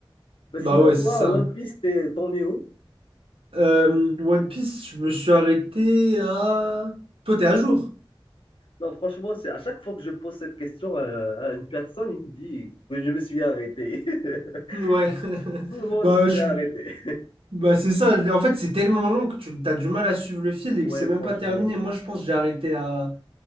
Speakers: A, on the left; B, on the right.
A: Ben
B: Bah
A: sinon,
B: ouais,
A: toi,
B: c'est ça.
A: One Piece, t'es- t'en es où?
B: Euh, One Piece, je me suis arrêté à... Toi, t'es à jour?
A: Non, franchement, c'est à chaque fois que je pose cette question à, à une personne, il me dit que je me suis arrêté. <laughs>
B: Ouais.
A: Donc, tout
B: <laughs>
A: le monde
B: Bah,
A: s'est
B: je-
A: arrêté.
B: bah c'est ça. En fait, c'est tellement long que tu as du mal à suivre le fil et
A: Ouais,
B: que c'est même
A: franchement,
B: pas terminé. Moi, je pense que j'ai arrêté à,